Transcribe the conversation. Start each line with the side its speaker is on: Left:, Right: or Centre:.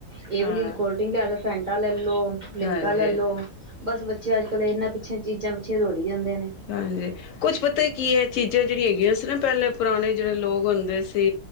Right: ਇਹ
Left: ਹਾਂ
Right: ਵਾਲੀ ਕੋਲਡਰਿੰਗ ਕੋਲਡਿੰਗ ਲੈ ਲਓ ਜਾ ਫੈਂਟਾ ਲੈ ਲਓ ਜਾ ਲਿਮਕਾ
Left: ਹਾਂਜੀ
Right: ਲੈ ਲਓ ਬਸ ਬੱਚੇ ਅੱਜ ਕੱਲ ਇਹਨਾਂ ਪਿੱਛੇ ਚੀਜ਼ਾਂ ਪਿੱਛੇ ਦੌੜੀ ਜਾਂਦੇ ਨੇ
Left: ਹਾਂਜੀ ਕੁੱਝ ਪਤਾ ਹੀ ਕੀ ਹੈ ਚੀਜ਼ਾਂ ਜਿਹੜੀਆਂ ਹੈਗੀਆਂ ਸੀ ਨਾ ਪਹਿਲੇ ਪੁਰਾਣੇ ਜਿਹੜੇ ਲੋਕ ਹੁੰਦੇ ਸੀ।